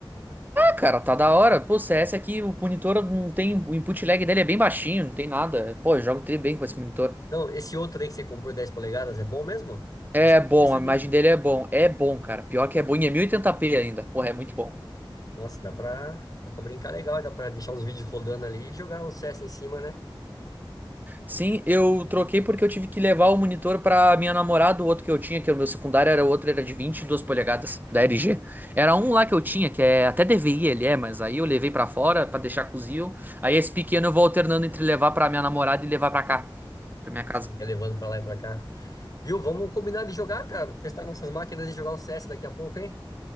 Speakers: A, on the right (about 20°); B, on the left (about 45°).
A: Cara, tá da hora. Pô, CS aqui, o monitor não tem. O input lag dele é bem baixinho, não tem nada. Pô, eu jogo tri bem com esse monitor.
B: Não, esse outro aí que você comprou 10 polegadas é bom mesmo?
A: É
B: Eu acho que
A: bom,
B: tô pensando
A: a imagem dele é bom. É bom, cara. Pior que é bom. E é 1080p ainda. Porra, é muito bom.
B: Nossa, dá pra, dá pra brincar legal, dá pra deixar uns vídeos rodando ali e jogar o CS em cima, né?
A: Sim, eu troquei porque eu tive que levar o monitor pra minha namorada, o outro que eu tinha, que era o meu secundário, era o outro, era de 22 polegadas, da LG. Era um lá que eu tinha, que é até DVI ele é, mas aí eu levei pra fora pra deixar cozido. Aí esse pequeno eu vou alternando entre levar pra minha namorada e levar pra cá, pra minha casa.
B: Fica levando pra lá e pra cá. Viu? Vamos combinar de jogar, cara. Testar nossas máquinas e jogar o CS daqui a pouco, hein?